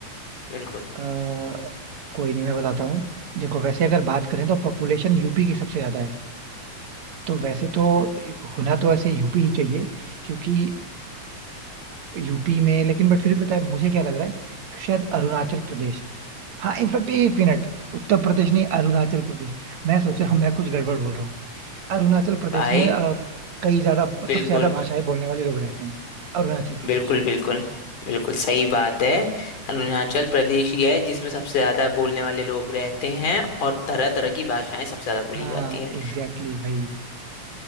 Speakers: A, on the left; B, on the right.
A: बिल्कुल
B: अ, कोई नहीं मैं बताता हूँ देखो वैसे अगर बात करें तो पॉपुलेशन यूपी की सबसे ज्यादा है तो वैसे तो होना तो ऐसे यूपी ही चाहिए क्योंकि यूपी में लेकिन बट फिर भी पता है मुझे क्या लग रहा है कि शायद अरुणाचल प्रदेश हाँ इनफैक्ट एक मिनट उत्तर प्रदेश नहीं अरुणाचल प्रदेश मैं सोच रहा हूँ मैं कुछ गड़बड़ बोल रहा हूँ अरुणाचल प्रदेश
A: भाई
B: में अ, कई ज्यादा
A: बिल्कुल
B: सबसे ज्यादा भाषाएं बोलने वाले लोग रहते हैं अरुणाचल प्रदेश
A: बिल्कुल बिल्कुल बिल्कुल सही बात है अरुणाचल प्रदेश ही है जिसमें सबसे ज्यादा बोलने वाले लोग रहते हैं और तरह तरह की भाषाएं सबसे ज्यादा बोली
B: हाँ
A: जाती हैं
B: एग्जैक्टली exactly भाई